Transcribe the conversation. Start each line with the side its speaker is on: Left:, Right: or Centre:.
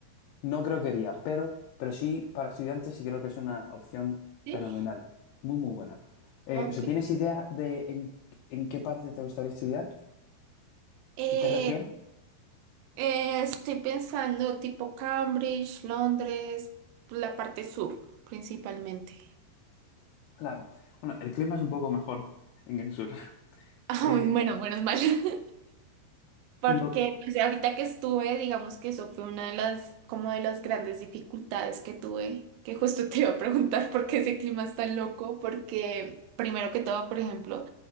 Left: No creo que iría, pero, pero sí, para estudiantes sí creo que es una opción
Right: sí.
Left: fenomenal, muy, muy buena. Eh,
Right: Ok.
Left: o sea, ¿tienes idea de en, en qué parte te gustaría estudiar?
Right: Eh,
Left: ¿En qué región?
Right: Eh, estoy pensando tipo Cambridge, Londres, la parte sur principalmente. <laughs>
Left: Claro. Bueno, el clima es un poco mejor en el sur. <laughs>
Right: Ah,
Left: Eh,
Right: bueno, menos mal. <laughs> Porque
Left: lo que...
Right: pues, ahorita que estuve, digamos que eso fue una de las, como de las grandes dificultades que tuve, que justo te iba a preguntar <laughs> por qué ese clima es tan loco, porque primero que todo, por ejemplo,